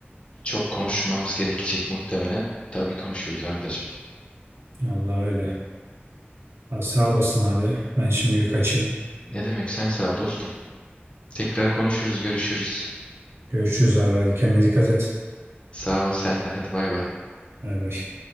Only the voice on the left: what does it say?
Çok konuşmamız gerekecek muhtemelen. Tabii konuşuruz Ardacığım.
Ne demek sen sağ ol dostum. Tekrar konuşuruz görüşürüz.
Sağ ol sen de hadi bay bay.